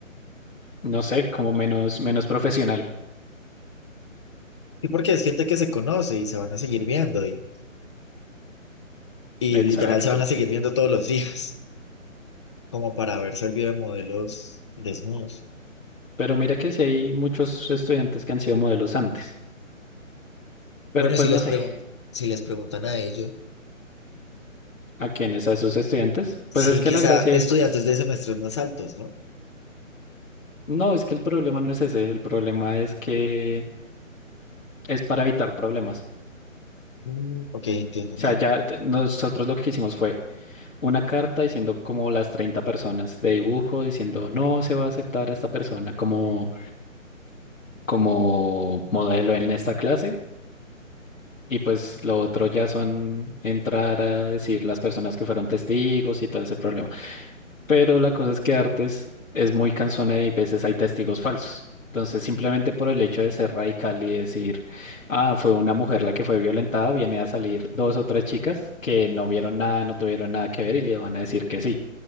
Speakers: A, on the left (about 75°); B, on the left (about 20°).
A: no sé, como menos, menos profesional.
B: Y porque es gente que se conoce y se van a seguir viendo y, y
A: Exacto.
B: literal se van a seguir viendo todos los días, <laughs> como para haber servido de modelos desnudos.
A: Pero mira que sí hay muchos estudiantes que han sido modelos antes. Pero
B: Bueno, y
A: pues
B: si les
A: no sé,
B: pregun- si les preguntan a ellos,
A: ¿a quiénes? ¿A esos estudiantes?
B: sí,
A: Pues es que
B: quizá
A: la gracia
B: estudiantes
A: es,
B: de semestres más altos, ¿no?
A: no, es que el problema no es ese, el problema es que es para evitar problemas.
B: Mm, ok, entiendo, entiendo.
A: O sea, ya ya nosotros lo que hicimos fue una carta diciendo como las 30 personas de dibujo, diciendo no se va a aceptar a esta persona como como modelo en esta clase. Y pues lo otro ya son entrar a decir las personas que fueron testigos y todo ese problema. Pero la cosa es que Artes es muy cansona y a veces hay testigos falsos. Entonces, simplemente por el hecho de ser radical y decir, ah, fue una mujer la que fue violentada, viene a salir dos o tres chicas que no vieron nada, no tuvieron nada que ver y le van a decir que sí,